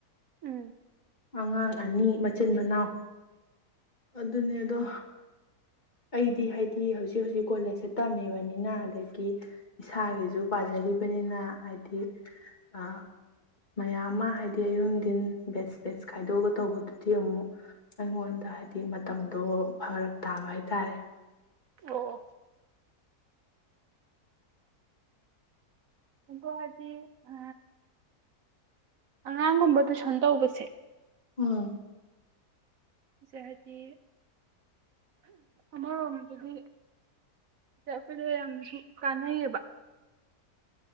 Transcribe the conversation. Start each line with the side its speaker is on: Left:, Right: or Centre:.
Right: ꯎꯝ
Left: ꯑꯉꯥꯡ ꯑꯅꯤ ꯃꯆꯤꯟ ꯃꯅꯥꯎ ꯑꯗꯨꯅꯦ ꯑꯗꯣ ꯑꯩꯗꯤ ꯍꯥꯏꯗꯤ ꯍꯧꯖꯤꯛ ꯍꯧꯖꯤꯛ ꯀꯣꯂꯦꯖꯁꯦ ꯇꯝꯃꯤꯕꯅꯤꯅ ꯑꯗꯒꯤ ꯏꯁꯥꯒꯤꯁꯨ ꯄꯥꯖꯔꯤꯕꯅꯤꯅ ꯍꯥꯏꯗꯤ ꯑ ꯃꯌꯥꯝ ꯑꯃ ꯍꯥꯏꯗꯤ ꯑꯌꯨꯤꯡꯊꯤꯟ ꯕꯦꯠꯁ ꯕꯦꯠꯁ ꯈꯥꯏꯗꯣꯛꯑꯒ ꯇꯧꯕꯗꯨꯗꯤ ꯑꯃꯨꯛ ꯑꯩꯉꯣꯟꯗ ꯍꯥꯏꯗꯤ ꯃꯇꯝꯗꯣ ꯐꯔꯛ ꯇꯥꯕ ꯍꯥꯏ ꯇꯥꯔꯦ
Right: ꯑꯣ ꯒꯍꯥꯇꯤ ꯑ ꯑꯉꯥꯡꯒꯨꯝꯕ ꯇꯨꯏꯁꯟ ꯇꯧꯕꯁꯦ
Left: ꯎꯝ
Right: ꯁꯤꯁꯦ ꯍꯥꯏꯗꯤ ꯑꯃꯔꯣꯝꯗꯗꯤ ꯁꯤ ꯑꯩꯈꯣꯏꯗ ꯌꯥꯝ ꯀꯥꯟꯅꯩꯌꯦꯕ